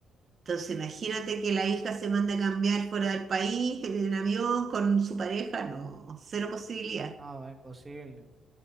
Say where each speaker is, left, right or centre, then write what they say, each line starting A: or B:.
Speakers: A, on the right (about 50°); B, on the right (about 25°).
A: Entonces, imagínate que la hija se manda a cambiar fuera del país, en avión, con su pareja, no, cero posibilidad.
B: No, es imposible.